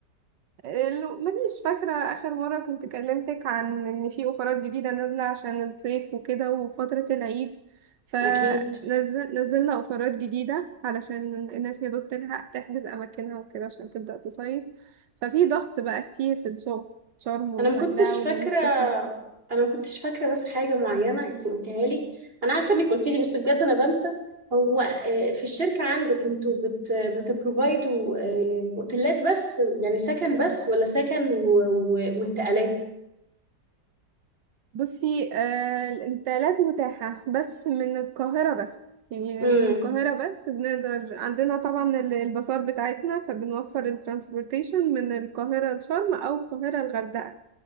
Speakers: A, on the right; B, on the right.
A: ال- مانيش فاكره اخر مره كنت كلمتك عن ان في اوفرات جديده نازله عشان الصيف وكده وفتره العيد فنزلنا
B: اكيد
A: اوفرات جديده علشان الناس يا دوب تلحق تحجز اماكنها وكده عشان تبدا تصيف ففي ضغط بقى كتير في الشغل شرم والغردقه
B: انا ما كنتش فاكرة
A: والعين السخنه
B: انا ما كنتش فاكرة بس حاجة معينة انتي قلتها لي انا عارفة انك قلتي لي بس بجد انا بنسى هو آه، في الشركة عندك انتوا بت بتبروفايدوا آه، اوتيلات بس يعني سكن بس ولا سكن و... و... وانتقالات؟
A: بصي آه الانتقالات متاحة بس من القاهرة بس يعني
B: امم
A: من القاهرة بس بنقدر عندنا طبعا ال- الباصات بتاعتنا فبنوفر الترانسبورتيشن من القاهرة لشرم أو القاهرة الغردقة